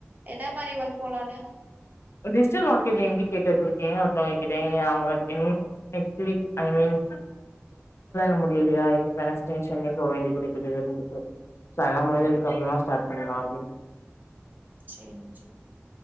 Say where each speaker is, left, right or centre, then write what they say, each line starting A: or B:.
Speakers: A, on the right (about 40°); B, on the left (about 70°).
A: என்ன மாரி ஒர்க் போலானு
B: ஓ டிஜிட்டல் மார்கெட்டிங்க்கு கேட்டு வெச்சிருக்கே ஒருத்தவங்கக்கிட்ட என்னைய அவுங்கள என்னைய நெக்ஸ் வீக் ஐ மீன் <unintelligible> முடியலையா டென்ஷன்லேயே போக வேண்டிதிருக்குது ச அதெல்லா முடிஞ்சதுக்கப்புறமா
A: ம்
B: ஸ்டார்ட் பண்லா அப்டின்ட்டு
A: சேரி சேர்